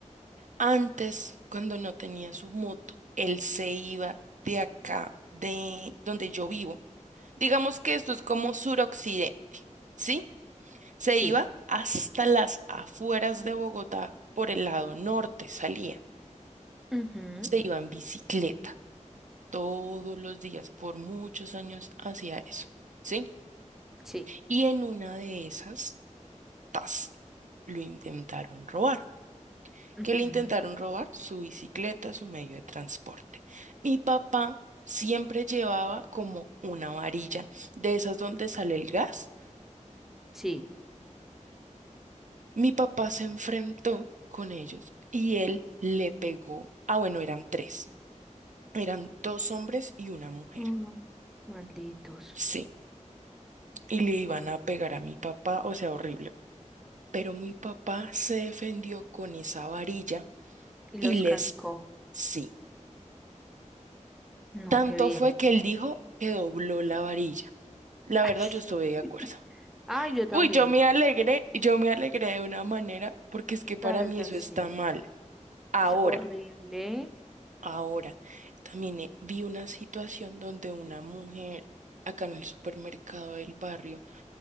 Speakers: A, on the right; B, in the centre.
A: antes, cuando no tenía su moto, él se iba de acá, de donde yo vivo. Digamos que esto es como suroccidente, ¿sí? Se
B: Sí,
A: iba hasta las afueras de Bogotá por el lado norte, salía.
B: Ujú,
A: Se iba en bicicleta todos los días, por muchos años hacía eso, ¿sí?
B: sí,
A: Y en una de esas, tas, lo intentaron robar.
B: ujú.
A: ¿Qué le intentaron robar? Su bicicleta, su medio de transporte. Mi papá siempre llevaba como una varilla de esas donde sale el gas
B: sí.
A: Mi papá se enfrentó con ellos y él le pegó. Ah, bueno, eran tres. Eran dos hombres y una mujer.
B: Mm, malditos.
A: Sí, y le iban a pegar a mi papá, o sea, horrible. Pero mi papá se defendió con esa varilla
B: Y
A: y
B: los
A: les...
B: cascó.
A: Sí,
B: No,
A: tanto
B: qué bien.
A: fue que él dijo que dobló la varilla. La
B: <laughs>
A: verdad, yo estuve de acuerdo.
B: Ah, yo también.
A: Uy, yo me alegré, yo me alegré de una manera porque es que para
B: La verdad,
A: mí eso
B: sí.
A: está mal. Ahora.
B: Es horrible.
A: Ahora, también eh, vi una situación donde una mujer acá en el supermercado del barrio,